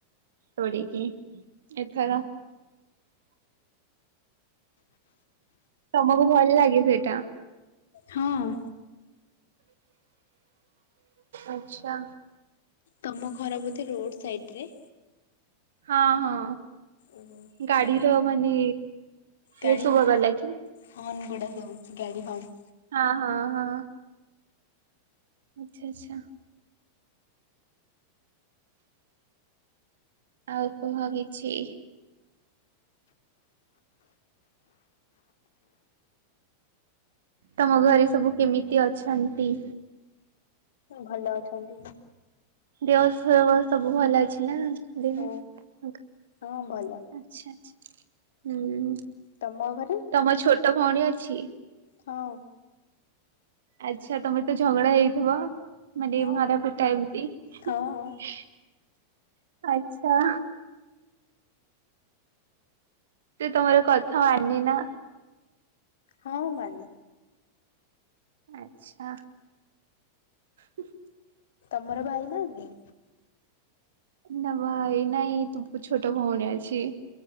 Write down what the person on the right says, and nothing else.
ତୋଳିକିି ଏଥର ତମକୁ ଭଲ ଲାଗେ ସେଇଟା।
ଆଚ୍ଛା
ହଁ ହଁ
ଗାଡିର
ମାନେ ଘେଁ
ଶୁଭା ଗଲା କି?
ହଁ ହଁ ହଁ ଆଚ୍ଛା ଆଚ୍ଛା ଆଉ କୁହ କିିଛି। ତମ ଘରେ ସବୁ କେମିତି ଅଛନ୍ତି?
ଦେହ ଫେଅ ସବୁ ଭଲ ଅଛି ନା <inaudible> ଆଚ୍ଛା
ଆଚ୍ଛା ହୁଁ
ତମ ଛୋଟ ଭଉଣୀ ଅଛି।
ଆଚ୍ଛା ତମେ ତ ଝଗଡା ହେଇଥିବ ମାନେ
ମାରାପିଟା ଏମତି ହିଁ
ହିଁ
ଆଚ୍ଛା ସେ ତମର କଥା ମାନେ ନା।
ଆଚ୍ଛା ହୁଁ
ନା ଭାଇ ନାଇଁ ତୁପୁ ଛୋଟ ଭଉଣୀ ଅଛି।